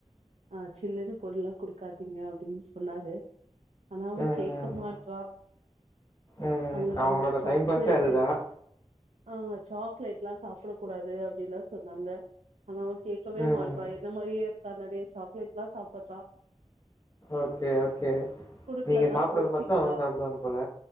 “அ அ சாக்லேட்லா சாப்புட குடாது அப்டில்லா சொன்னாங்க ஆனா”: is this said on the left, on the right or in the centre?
Right